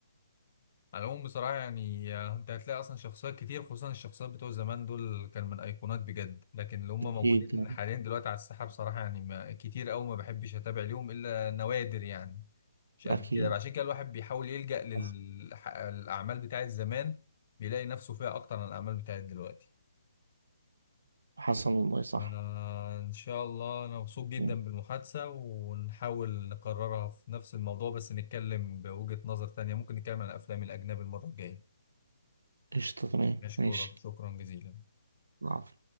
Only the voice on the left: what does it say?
على العموم بصراحة يعني آه، انت هتلاقي اصلا شخصيات كتير خصوصا الشخصيات بتوع زمان دول كان من ايقونات بجد لكن اللي هم موجودين
حاليا دلوقتي على الساحة بصراحة يعني ما كتير قوي ما بحبش اتابع ليهم الا نوادر يعني مش قد
كده عشان كده الواحد بيحاول يلجأ للأعمال
بتاعت زمان بيلاقي نفسه فيها اكتر من الأعمال بتاعت دلوقتي
آه ان شاء الله انا مبسوط جدا
بالمحادثة ونحاول نكررها في نفس الموضوع بس نتكلم بوجهة نظر تانية ممكن نتكلم عن الافلام الاجنبي المرة الجاية
نشكرك
شكرا جزيلا